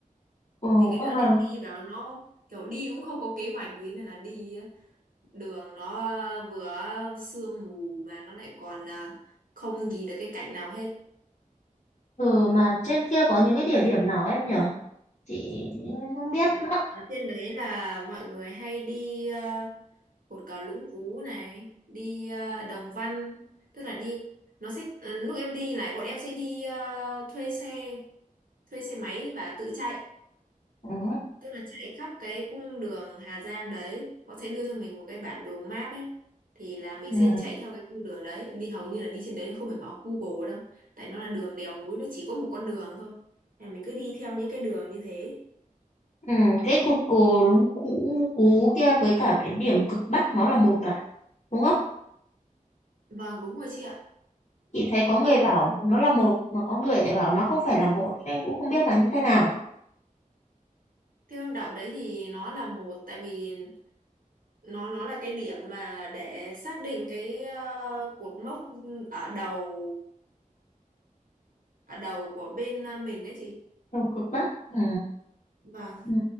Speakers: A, on the left (about 55°); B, on the right (about 75°).
A: ừ,
B: thì cái
A: ơ
B: đợt
A: mà,
B: em đi vào nó kiểu đi cũng không có kế hoạch gì nên là đi á. đường nó à, vừa sương mù mà nó lại còn à, không nhìn được cái cảnh nào hết
A: ừ, mà trên kia có những cái địa điểm nào em nhở? Chị không biết
B: ở,
A: đó.
B: ở trên đấy là mọi người hay đi à, cột cờ Lũng Cú này đi à, Đồng Văn tức là đi nó sẽ lúc em đi này bọn em sẽ đi à, thuê xe thuê xe máy và tự chạy
A: Ừ,
B: tức là chạy khắp cái cung đường Hà Giang đấy họ sẽ đưa cho mình một cái bản đồ map ấy thì là mình
A: ừ.
B: sẽ chạy theo cái cung đường đấy đi hầu như là đi trên đấy không phải mở Google đâu tại nó là đường đèo núi nó chỉ có một con đường thôi Nên là mình cứ đi theo những cái đường như thế
A: Ừ, cái cục cù cũ cú kia với cả cái điểm cực bắc nó là một à đúng không
B: vâng đúng rồi chị ạ
A: chị thấy có người
B: nó nó
A: bảo
B: là-
A: nó là một mà có người lại bảo nó không phải là một em cũng không biết là như thế nào
B: Thiên Long Đảo đấy thì nó là một tại vì nó nó là cái điểm mà để xác định cái ờ, cột mốc ở đầu ở đầu của bên ờ, mình ấy chị
A: đầu cực bắc ừ,
B: vâng
A: ừ,